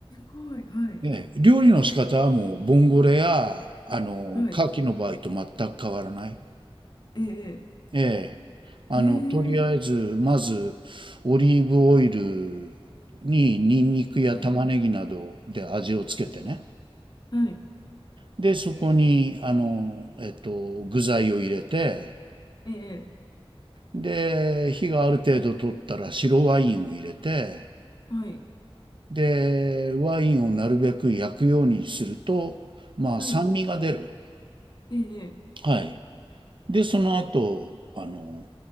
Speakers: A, on the left; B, on the right.
A: ごい。はい。
B: ね、料理の仕方はもうボンゴレやあの牡蠣の場合と全く変わらない。
A: はい。ええ
B: ええ、あのとりあえずまずオリーブオイル
A: ええ
B: にニンニクや玉ねぎなどで味をつけてね。
A: はい。はい。
B: で、そこにあの、えっと、具材を入れて、
A: ええ
B: で、火がある程度取ったら白ワインを入れて、
A: はい。
B: で、ワインをなるべく焼くようにすると、まあ酸味が出る。
A: はい。ええ
B: はい。で、その後、あの、